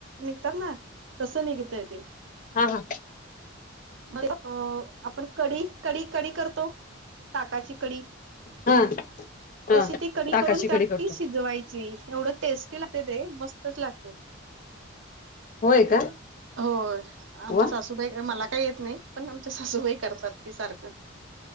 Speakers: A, on the right; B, on the left.
A: निघतात ना. तसं निघतय ते.
B: हा-हा.
A: मला अ आपण कडी-कडी-कडी करतो, ताकाची कडी.
B: हा हा
A: तशी ती कडी
B: ताकाची
A: करून त्यात
B: कडी करतो
A: ती शिजवायची एवढं टेस्टी लागते ते, मस्तच लागते.
B: होय का.
A: होय आमच्या
B: वा
A: सासूबाई, मला काही येत नाही. पण आमच्या सासूबाई करतात ती सारखं.